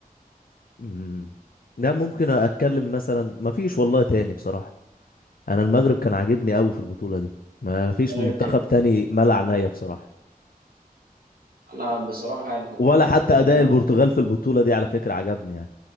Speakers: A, on the left; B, on the right.
A: مم. ده ممكن اتكلم مثلا ما فيش والله تاني بصراحه انا المغرب كان عاجبني قوي في البطوله دي ما فيش
B: طيب
A: منتخب
B: كده.
A: تاني مال عينيا بصراحه
B: انا بصراحه يعني كنت
A: ولا
B: بفضل
A: حتى اداء
B: المغرب
A: البرتغال في البطوله دي على فكره عجبني يعني